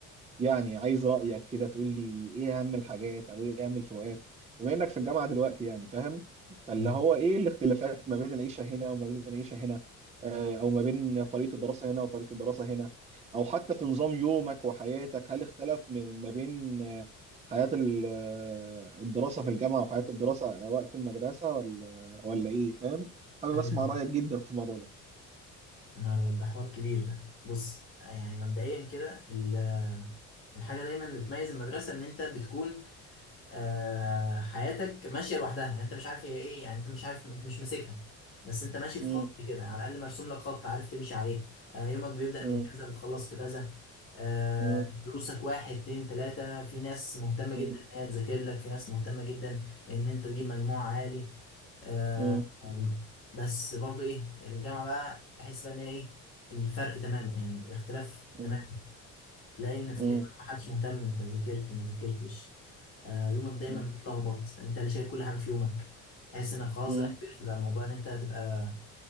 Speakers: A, on the right (about 20°); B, on the left (about 45°).
A: يعني عايز رأيك كده تقول لي ايه اهم الحاجات او ايه اهم الفروقات بما انك في الجامعة دلوقتي يعني فاهم فاللي
B: مم.
A: هو ايه الاختلافات ما بين العيشة هنا وما بين العيشة هنا آه، او ما بين طريقة الدراسة هنا وطريقة الدراسة هنا او حتى في نظام يومك وحياتك هل اختلف من ما بين آه، حياة ال- آه، الدراسة في الجامعة وحياة الدراسة وقت المدرسة ولا ولا ايه فاهم حابب
B: ايوه
A: اسمع رأيك جدا في الموضوع ده
B: يا نهار أبيض، ده حوار كبير ده بص يعني مبدئيا كده ال- الحاجه دايما اللي بتميز المدرسه ان انت بتكون آه حياتك ماشيه لوحدها يعني انت مش عارف هي ايه يعني انت مش عارف انت مش ماسكها بس انت ماشي
A: مم.
B: في خط كده على الاقل مرسوم لك خط عارف تمشي عليه آه يومك بيبدا
A: مم.
B: من كذا بتخلص في كذا آه
A: مم.
B: دروسك واحد اتنين تلاته في ناس مهتمه جدا
A: مم.
B: ان هي تذاكر لك في ناس مهتمه جدا ان انت تجيب مجموع عالي آه
A: مم.
B: أم، بس برضو ايه الجامعه بقى تحس بقى ان هي ايه الفرق تماما يعني الاختلاف
A: مم.
B: تماما تلاقي ان في
A: مم.
B: الجامعه ما حدش مهتم انت ذاكرت ما ذاكرتش آه، يومك دايما
A: مم.
B: متلخبط انت اللي شايل كل حاجه في يومك تحس انك خلاص
A: مم.
B: بقى كبرت بقى موضوع ان انت تبقى